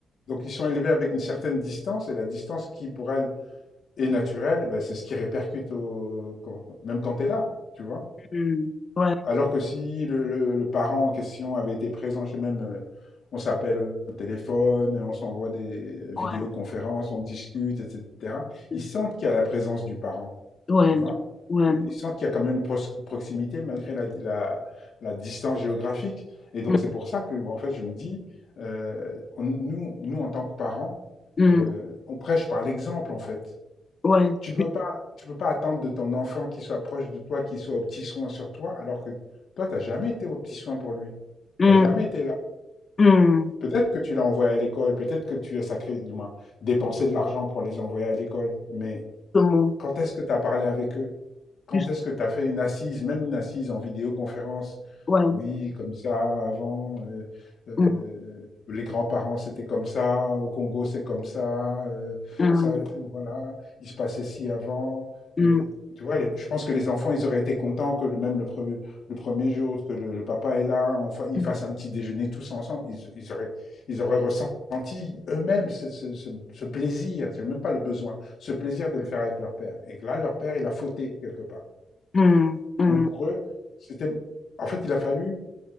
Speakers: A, on the left (about 65°); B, on the left (about 35°).
A: donc ils sont élevés avec une certaine distance, et la distance qui, pour elles, et naturel, ben, c'est ce qui répercute au... quand- même quand tu es là, tu vois.
B: Hmm. Ouais.
A: Alors que si le, le- le parent en question avait été présent, je sais même, euh, on s'appelle au téléphone, on s'envoie des vidéoconférences,
B: Ouais.
A: on discute, etc.
B: Ouais.
A: Ils sentent qu'il y a la présence du parent,
B: Ouais.
A: tu vois.
B: Ouais.
A: Donc, ils sentent qu'il y a quand même une pros- proximité malgré la, la- la distance géographique. Et donc
B: Hmm.
A: c'est pour ça que, en fait, je me dis, euh, on- nous, nous, en tant que parents,
B: Hmm.
A: euh, on prêche par l'exemple, en fait.
B: Ouais.
A: Tu peux
B: ju-
A: pas, tu peux pas attendre de ton enfant qu'il soit proche de toi, qu'il soit au petit soin sur toi, alors que toi, t'as jamais été au petit soin pour lui.
B: Hmm.
A: T'as jamais été là.
B: Hmm.
A: Peut-être que tu l'as envoyé à l'école, peut-être que tu as sacré, du moins, dépensé de l'argent pour les envoyer à l'école, mais
B: Justement.
A: quand est-ce que tu as parlé avec eux? Quand
B: Juste.
A: est-ce que tu as fait une assise, même une assise en vidéoconférence?
B: Ouais.
A: Oui, comme ça, avant, euh, euh,
B: Mm,
A: les grands-parents, c'était comme ça, au Congo, c'est comme ça, euh,
B: mm,
A: ça, voilà, il se passait ci avant.
B: mm,
A: Euh, tu vois, les- je pense que les enfants, ils auraient été contents que le- même le, pre- le premier jour, que le, le papa est là, on fa- ils
B: mm,
A: fassent un petit déjeuner tous ensemble. Ils, ils auraient, ils auraient ressenti eux-mêmes ce, ce- ce- ce plaisir, c'est même pas le besoin ce plaisir de le faire avec leur père. Et que là, leur père, il a fauté quelque part.
B: mm, mm, mm,
A: Donc pour eux, c'était. En fait, il a fallu